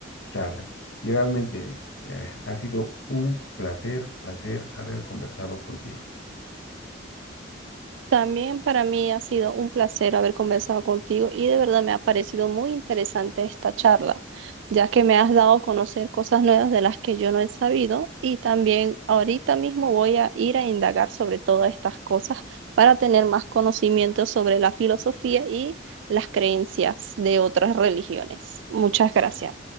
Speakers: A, on the left; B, on the right.
A: charla. Y realmente eh, ha sido un placer, placer haber conversado contigo.
B: También para mí ha sido un placer haber conversado contigo y de verdad me ha parecido muy interesante esta charla, ya que me has dado a conocer cosas nuevas de las que yo no he sabido y también ahorita mismo voy a ir a indagar sobre todas estas cosas para tener más conocimiento sobre la filosofía y las creencias de otras religiones. Muchas gracias.